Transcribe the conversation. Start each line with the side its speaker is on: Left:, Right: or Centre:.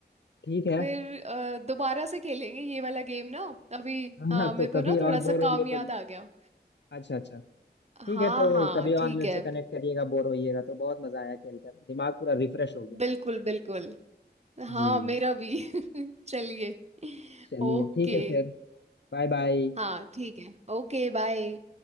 Left: ठीक है
Right: फिर अ, दोबारा से खेलेंगे ये वाला गेम ना अभी हाँ
Left: हाँ
Right: मेरे
Left: तो
Right: को
Left: कभी
Right: ना थोड़ा
Left: और
Right: सा
Left: बोर
Right: काम
Left: होंगे
Right: याद
Left: तो
Right: आ गया
Left: अच्छा अच्छा ठीक
Right: हाँ
Left: है तो
Right: हाँ
Left: कभी
Right: ठीक
Left: और मेरे
Right: है
Left: से कनेक्ट करिएगा बोर होइएगा तो बहुत मजा आया खेलकर दिमाग पूरा रिफ्रेश हो गया
Right: बिल्कुल बिल्कुल हाँ
Left: जी
Right: मेरा भी <laughs> चलिए
Left: चलिए
Right: ओके
Left: ठीक है फिर Bye bye
Right: हाँ ठीक है ओके बाय